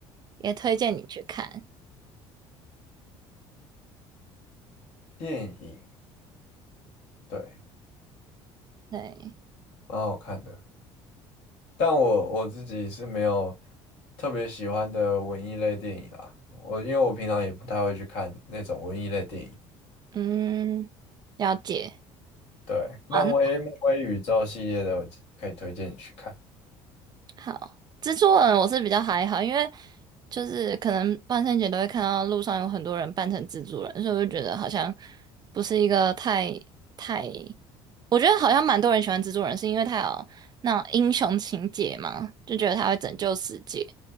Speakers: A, on the right; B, on the left.
A: 也推荐你去看。
B: 电影，对。
A: 对，
B: 蛮好看的。但我我自己是没有特别喜欢的文艺类电影啦。我因为我平常也不太会去看那种文艺类电影。
A: 嗯，了解。
B: 对，漫威漫威宇宙系列的，
A: 好那
B: 我可以推荐你去看。
A: 好，蜘蛛人我是比较还好，因为就是可能万圣节都会看到路上有很多人扮成蜘蛛人，所以我就觉得好像不是一个太太，我觉得好像蛮多人喜欢蜘蛛人，是因为他有那种英雄情节嘛，就觉得他会拯救世界。